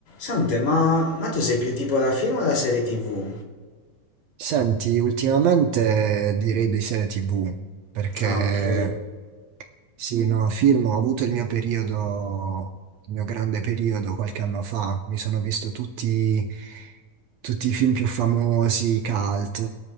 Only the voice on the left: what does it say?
Sante, ma, ma tu sei più tipo da film o da serie TV?
Ah, ok.